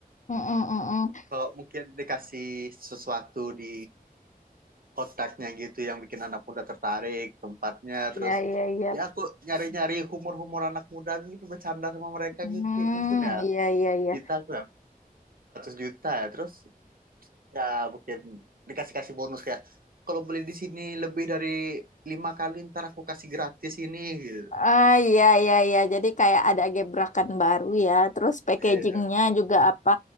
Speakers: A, on the left; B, on the right.
A: Mm, mm, mm, mm.
B: kalau mungkin dikasih sesuatu di kotaknya gitu yang bikin anak muda tertarik tempatnya terus
A: Iya, iya, iya.
B: ya aku nyari-nyari humor-humor anak muda gitu bercanda sama mereka
A: Hmm,
B: gitu Kayak mungkin ya
A: iya, iya, iya.
B: kita aku ya juta ya terus ya mungkin dikasih-kasih bonus kayak kalau beli di sini lebih dari lima kali ntar aku kasih gratis ini gitu
A: Ah iya iya iya jadi kayak ada gebrakan baru ya terus packagingnya
B: Iya,
A: juga apa